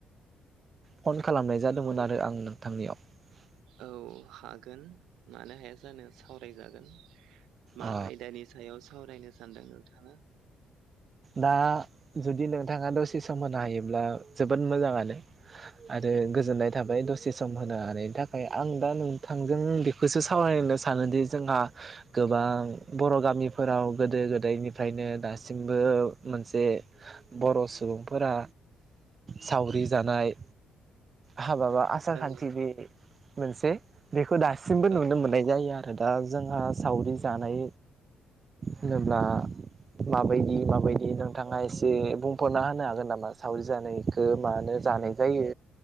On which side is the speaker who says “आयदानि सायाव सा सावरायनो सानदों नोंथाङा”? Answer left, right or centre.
Right